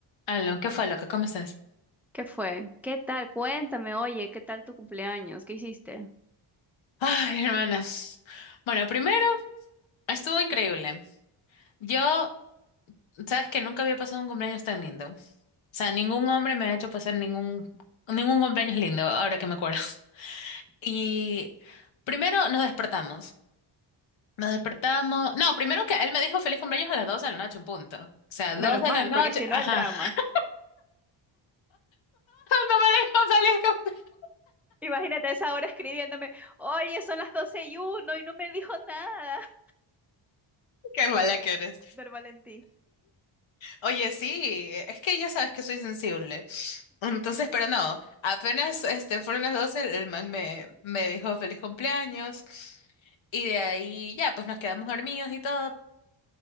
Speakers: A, on the left; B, in the centre.
A: Aló, ¿qué fue, loca? ¿Cómo estás?
B: ¿Qué fue? ¿Qué tal? Cuéntame, oye, ¿qué tal tu cumpleaños? ¿Qué hiciste?
A: Ay, hermana. Bueno, primero, estuvo increíble. Yo, sabes que nunca había pasado un cumpleaños tan lindo. O sea, ningún hombre me ha hecho pasar ningún, ningún cumpleaños lindo, ahora que me acuerdo. Y primero nos despertamos. Nos despertamos. No, primero que él me dijo feliz cumpleaños a las 12 de la noche, en punto. O sea,
B: Menos
A: 2 de
B: mal,
A: la noche.
B: porque si
A: Ajá.
B: no, el drama.
A: <laughs> No me dijo feliz cumpleaños.
B: Imagínate a esa hora escribiéndome, oye, son las 12 y uno y no me dijo nada. <laughs>
A: Qué mala que eres.
B: Ver Valentín.
A: Oye, sí, es que ya sabes que soy sensible. Entonces, pero no, apenas este, fueron las 12 el, el man me, me dijo feliz cumpleaños y de ahí ya, pues nos quedamos dormidos y todo.